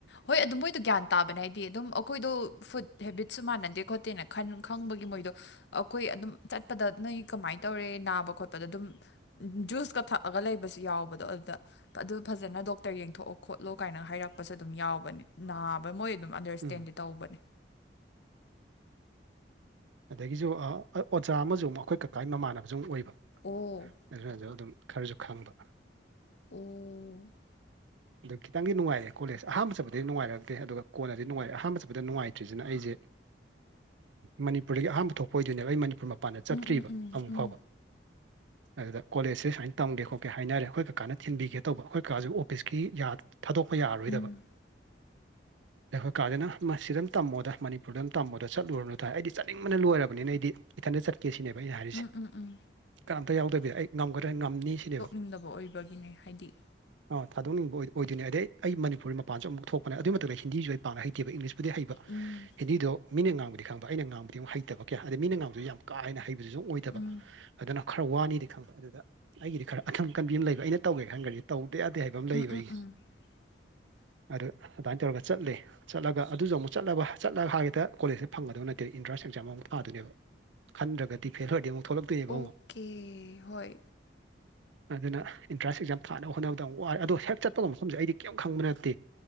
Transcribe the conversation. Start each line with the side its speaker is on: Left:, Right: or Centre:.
Left: ꯍꯣꯏ ꯑꯗꯨ ꯃꯣꯏꯗꯣ ꯒ꯭ꯌꯥꯟ ꯇ ꯇꯥꯕꯅꯦ ꯍꯥꯏꯗꯤ ꯑꯗꯨꯝ ꯑꯩꯈꯣꯏꯗꯣ ꯐꯨꯗ ꯍꯦꯕꯤꯠꯁꯨ ꯃꯥꯟꯅꯗꯦ ꯈꯣꯠꯇꯦꯅꯟ ꯈꯪꯕꯒꯤ ꯃꯣꯏꯗꯣ ꯑꯩꯈꯣꯏ ꯑꯗꯨꯝ ꯆꯠꯄꯗ ꯅꯣꯏ ꯀꯃꯥꯏꯅ ꯇꯧꯔꯦ ꯅꯥꯕ ꯈꯣꯠꯄꯗ ꯑꯗꯨꯝ ꯖꯨꯁꯀ ꯊꯛꯑꯒ ꯂꯩꯕꯁꯨ ꯌꯥꯎꯕꯗꯣ ꯑꯗꯨꯗ ꯑꯗꯨ ꯐꯖꯅ ꯗꯣꯛꯇꯔ ꯌꯦꯡꯊꯣꯛꯑꯣ ꯈꯣꯠꯂꯣ ꯀꯥꯏꯅ ꯍꯥꯏꯔꯛꯄ ꯄꯁꯨ ꯑꯗꯨꯝ ꯌꯥꯎꯕꯅꯤ ꯅꯥꯕ ꯃꯣꯏ ꯑꯗꯨꯝ ꯑꯟꯗꯔꯁ꯭ꯇꯦꯟꯗꯤ
Right: ꯎꯝ
Left: ꯇꯧꯕꯅꯦ
Right: ꯑꯗꯒꯤꯁꯨ ꯑꯣꯖꯥ ꯑꯃꯁꯨ ꯑꯃꯨꯛ ꯑꯩꯈꯣꯏ ꯀꯀꯥꯒꯤ ꯃꯃꯥꯟꯅꯕꯁꯨ ꯑꯃꯨꯛ ꯑꯣꯏꯕ
Left: ꯑꯣ
Right: ꯑꯗꯨꯅꯁꯨ ꯑꯗꯨꯝ ꯈꯔꯁꯨ ꯈꯪꯕ
Left: ꯑꯣ
Right: ꯑꯗꯨ ꯈꯤꯇꯪꯗꯤ ꯅꯨꯡꯉꯥꯏꯔꯦ ꯀꯣꯂꯦꯖꯁ ꯑꯍꯥꯟꯕ ꯆꯠꯄꯗꯤ ꯅꯨꯡꯉꯥꯏꯔꯛꯇꯦ ꯑꯗꯨꯒ ꯀꯣꯟꯅꯗꯤ ꯅꯨꯡꯉꯥꯏꯔꯦ ꯑꯍꯥꯟꯕ ꯆꯠꯄꯗ ꯅꯨꯡꯉꯥꯏꯇ꯭ꯁꯤꯅ ꯑꯩꯁꯦ ꯃꯅꯤꯄꯨꯔꯗꯒꯤ ꯑꯍꯥꯟꯕ ꯊꯣꯛꯄ ꯑꯣꯏꯗꯣꯏꯅꯦꯕ ꯑꯩ ꯃꯅꯤꯄꯨꯔ ꯃ ꯄꯥꯟꯅ ꯆꯠꯇ꯭ꯔꯤꯕ
Left: ꯎꯝ ꯎꯝ ꯎꯝ
Right: ꯑꯃꯨꯛ
Left: ꯎꯝ
Right: ꯐꯥꯎꯕ ꯑꯗꯨꯗ ꯀꯣꯂꯦꯖꯁꯦ ꯁꯨꯃꯥꯏꯅ ꯇꯝꯒꯦ ꯈꯣꯠꯀꯦ ꯍꯥꯏꯅꯔꯦ ꯑꯩꯈꯣꯏ ꯀꯀꯥꯅ ꯊꯤꯟꯕꯤꯒꯦ ꯇꯧꯕ ꯑꯩꯈꯣꯏ ꯀꯀꯥꯁꯨ ꯑꯣꯐꯤꯁꯀꯤ ꯌꯥ ꯊꯥꯗꯣꯛꯄ ꯌꯥꯔꯔꯣꯏꯗꯕ꯫
Left: ꯎꯝ
Right: ꯂꯩꯐ ꯀꯥꯗꯦꯅ ꯃꯁꯤꯗ ꯑꯗꯨꯝ ꯇꯝꯃꯣꯗ ꯃꯅꯤꯄꯨꯔꯗ ꯇꯝꯃꯣꯗ ꯆꯠꯂꯨꯔꯕꯅꯨꯗ ꯑꯩꯗꯤ ꯆꯠꯅꯤꯡꯕꯅ ꯂꯣꯏꯔꯕꯅꯤꯅ ꯑꯩꯗꯤ꯫ ꯏꯊꯟꯇ ꯆꯠꯀꯦ ꯁꯤꯅꯦꯕ ꯑꯩꯅ ꯍꯥꯏꯔꯤꯁꯦ
Left: ꯎꯝ ꯎꯝ ꯎꯝ
Right: ꯀꯅꯝꯇ ꯌꯥꯎꯗꯕꯤ ꯑꯩ ꯉꯝꯒꯗ꯭ꯔꯥ ꯉꯝꯅꯤ ꯁꯤꯅꯦꯕ꯫
Left: ꯗꯕ ꯑꯣꯏ ꯕꯒꯤꯅꯦ ꯍꯥꯏꯗꯤ
Right: ꯑꯥ ꯊꯥꯗꯣꯛꯅꯤꯡꯕ ꯑꯣꯏ ꯑꯣꯏꯗꯣꯏꯅꯦ ꯑꯗꯩ ꯑꯩ ꯃꯅꯤꯄꯨꯔꯤ ꯃꯄꯥꯟꯁꯨ ꯑꯃꯨꯛ ꯊꯣꯛꯄꯅꯦ ꯑꯗꯨꯏ ꯃꯛꯇꯗ ꯍꯤꯟꯗꯤꯁꯨ ꯑꯩ ꯄꯥꯅ ꯍꯩꯇꯦꯕ ꯏꯪꯂꯤꯁ ꯄꯨꯗꯤ ꯍꯩꯕ
Left: ꯎꯝ
Right: ꯍꯤꯟꯗꯤꯗꯣ ꯃꯤꯅ ꯉꯥꯡꯕꯗꯤ ꯈꯪꯕ ꯑꯩꯅ ꯉꯥꯡꯕꯗꯤ ꯑꯃꯨꯛ ꯍꯩꯇꯕ ꯀꯌꯥ ꯑꯗꯗꯤ ꯃꯤꯅ ꯉꯥꯡꯕꯁꯨ ꯌꯥꯝ ꯀꯥ ꯍꯦꯅ ꯍꯩꯕꯗꯨꯁꯨ ꯑꯣꯏꯗꯕ
Left: ꯎꯝ
Right: ꯑꯗꯨꯅ ꯈꯔ ꯋꯥꯅꯤꯗꯤ ꯈꯪꯕ ꯑꯗꯨꯗ ꯑꯩꯒꯤꯗꯤ ꯈꯔ ꯑꯅꯝ ꯀꯟꯕꯤ ꯑꯃꯥ ꯂꯩꯕ ꯑꯩꯅ ꯇꯧꯒꯦ ꯈꯟꯈ꯭ꯔꯗꯤ ꯇꯧꯗ ꯌꯥꯗꯦ ꯍꯥꯏꯕ ꯕꯝ ꯂꯩꯌꯦꯕ
Left: ꯎꯝ ꯎꯝ
Right: ꯑꯩꯒꯤ꯫
Left: <unintelligible>
Right: ꯑꯗ ꯑꯗꯨꯃꯥꯏꯅ ꯇꯧꯔꯒ ꯆꯠꯂꯦ꯫ ꯆꯠꯂꯒ ꯑꯗꯨꯁꯨ ꯑꯃꯨꯛ ꯆꯠꯂꯕ ꯆꯠꯂꯒ ꯍꯥ ꯍꯦꯛꯇ ꯀꯣꯂꯦꯖꯇ ꯐꯪꯒꯗꯕ ꯅꯠꯇꯦꯕ ꯏꯟꯇ꯭ꯔꯥꯟꯁ ꯑꯦꯛꯖꯥꯝ ꯑꯃꯨꯛ ꯊꯥꯗꯣꯏꯅꯦꯕ ꯈꯟꯗ꯭ꯔꯒꯗꯤ ꯐꯦꯜ ꯑꯣꯏꯔꯗꯤ ꯑꯃꯨꯛ ꯊꯣꯛꯂꯛꯇꯣꯏꯅꯦꯕ
Left: ꯑꯣꯀꯦ
Right: ꯑꯃꯨꯛ꯫
Left: ꯍꯣꯏ
Right: ꯑꯗꯨꯅ ꯑꯦꯟꯇ꯭ꯔꯥꯟꯁ ꯑꯦꯛꯖꯥꯝ ꯊꯥꯅꯕ ꯍꯣꯠꯅꯕꯗ ꯑꯃꯨꯛ ꯋꯥꯔꯦ ꯑꯗꯣ ꯍꯦꯛ ꯆꯠꯄꯒ ꯃꯐꯝꯁꯦ ꯑꯩꯗꯤ ꯀꯔꯤꯝ ꯈꯪꯕ ꯅꯠꯇꯦ